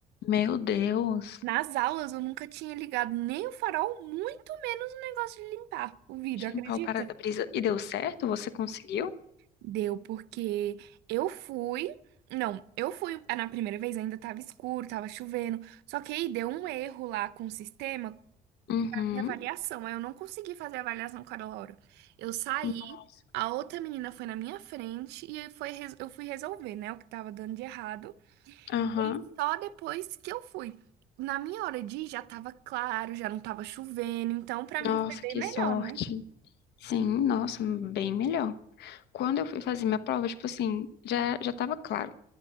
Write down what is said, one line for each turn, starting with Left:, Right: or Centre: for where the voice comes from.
Left: meu Deus.
Right: Nas aulas eu nunca tinha ligado nem o farol, muito menos o negócio de limpar o vidro,
Left: Deixa
Right: acredita?
Left: eu limpar o para-brisa. E deu certo? Você conseguiu?
Right: Deu, porque eu fui. Não, eu fui ah, na primeira vez, ainda tava escuro, tava chovendo. Só que aí deu um erro lá com o sistema, com
Left: Uhum.
Right: a minha avaliação. Aí eu não consegui fazer a avaliação com a Laura. Eu saí,
Left: Nossa.
Right: a outra menina foi na minha frente e aí foi, res- eu fui resolver, né, o que tava dando de errado.
Left: Aham.
Right: E aí só depois que eu fui. Na minha hora de ir já tava claro, já não tava chovendo. Então, pra
Left: Nossa,
Right: mim foi bem
Left: que
Right: melhor,
Left: sorte.
Right: né?
Left: Sim, nossa, bem melhor. Quando eu fui fazer minha prova, tipo assim, já já tava claro.